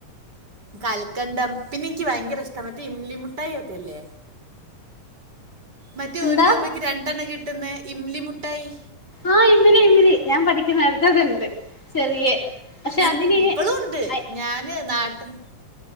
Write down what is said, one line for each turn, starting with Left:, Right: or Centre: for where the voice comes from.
Right: കൽക്കണ്ടം പിന്നെ എനിക്ക് ഭയങ്കര ഇഷ്ട മറ്റേ ഇംലിമുട്ടായി ഒക്കെല്ലേ? മറ്റേ
Left: എന്താ
Right: ഒരു രൂപക്ക് രണ്ടെണ്ണം കിട്ടുന്ന ഇമലി മുട്ടായി
Left: ആ ഇമിലി ഇമിലി ഞാൻ പഠിക്കുന്ന കാ <unintelligible> ചെറിയ പക്ഷെ
Right: ഇപ്പോഴും
Left: അതിന്
Right: ഉണ്ട്
Left: അ
Right: ഞാൻ നാട്ടിൽ നിന്ന്